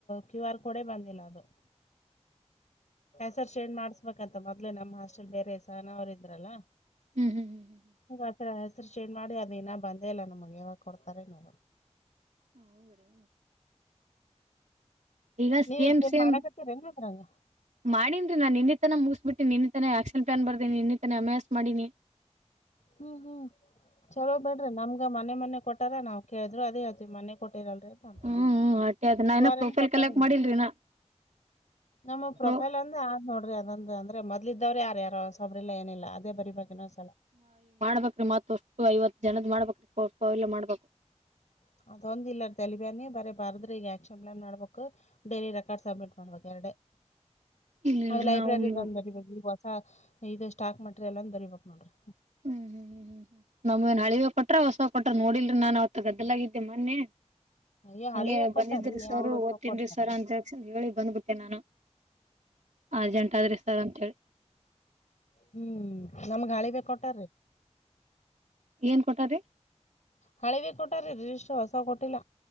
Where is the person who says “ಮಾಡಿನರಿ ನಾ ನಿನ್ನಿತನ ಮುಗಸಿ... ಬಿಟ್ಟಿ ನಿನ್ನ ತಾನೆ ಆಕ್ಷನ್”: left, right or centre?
Right